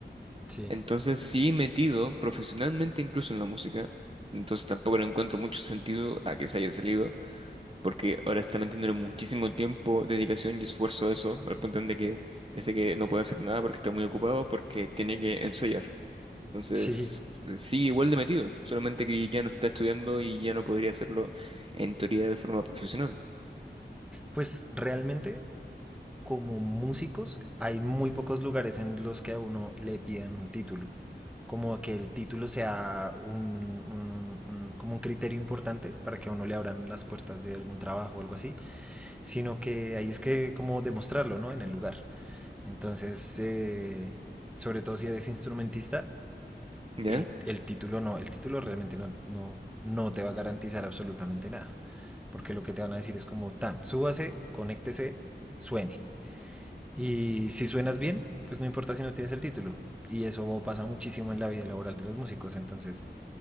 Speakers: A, in the centre; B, on the right.
A: Sí.
B: Entonces sí metido profesionalmente incluso en la música, entonces tampoco le encuentro mucho sentido a que se haya salido porque ahora está metiéndole muchísimo tiempo, dedicación y esfuerzo a eso, al punto en de que ya sé que no puede hacer nada porque está muy ocupado, porque tiene que ensayar. Entonces,
A: Sí,
B: eh, sigue igual de metido, solamente que ya no está estudiando y ya no podría hacerlo en teoría de forma profesional,
A: pues realmente como músicos hay muy pocos lugares en los que a uno le pidan un título. Como que el título sea un, un- un- como un criterio importante para que a uno le abran las puertas de algún trabajo o algo así, sino que ahí es que como demostrarlo, ¿no? En el lugar. Entonces, eh, sobre todo si eres instrumentista,
B: ¿ya?
A: el, el título no, el título realmente no, no, no te va a garantizar absolutamente nada, porque lo que te van a decir es como tan, súbase, conéctese, suene y si suenas bien, pues no importa si no tienes el título. Y eso pasa muchísimo en la vida laboral de los músicos. Entonces,